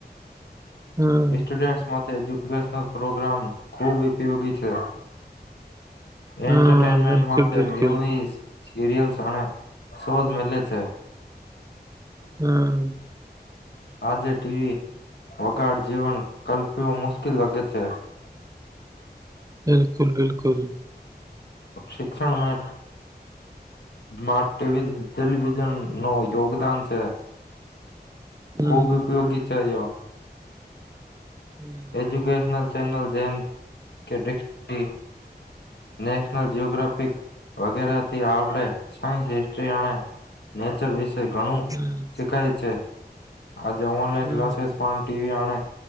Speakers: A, on the right; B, on the left.
A: હમ
B: સ્ટુડેન્ટસ માતે એજીયું એજ્યુકેશનલ પ્રોગ્રામ ખૂબ ઉપયોગી છે.
A: હા
B: એન્ટરટેઇનમેન્ટ
A: બિલકુલ
B: માટે
A: બિલકુલ
B: મ્યુઇઝ સિરિયલ્સ અને શોઝ મિલે છે.
A: હમ્મ
B: આજે ટીવી વગાડ જીવન કલ્પ્યું મુશ્કેલ લાગે છે.
A: બિલકુલ બિલકુલ.
B: શિક્ષણમાં ટેલી ટેલિવિઝન નું યોગદાન છે.
A: હમ
B: ખૂબ ઉપયોગી છે યો
A: હમ
B: એજ્યુકેશનલ છે. ચૅનલ જે કે ડીક્ષનારી નેશનલ જઓગ્રાફિક વગેરેથી આપણે સાયન્સ હિસ્ટ્રી અને નેચર વિશે. ઘણું
A: હમ
B: શીખાય છે. આજે ઓનલાઈન
A: હમ
B: ક્લાસસ પણ ટીવી એને